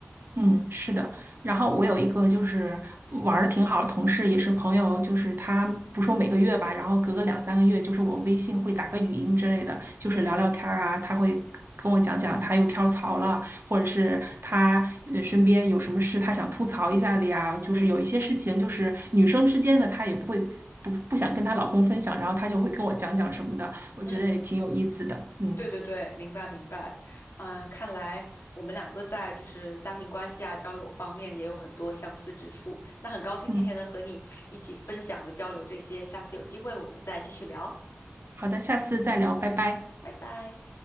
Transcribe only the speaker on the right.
嗯，是的。然后我有一个就是玩的挺好的同事，也是朋友，就是他不说每个月吧，然后隔个两三个月，就是我微信会打个语音之类的，就是聊聊天儿啊。
他会跟我讲讲他又跳槽了，或者是他呃身边有什么事他想吐槽一下的呀。就是有一些事情，
就是女生之间的，她也不会不不想跟她老公分享，然后她就会跟我讲讲什么的，我觉得也挺有意思的。
嗯
嗯，
好的，下次再聊，拜拜。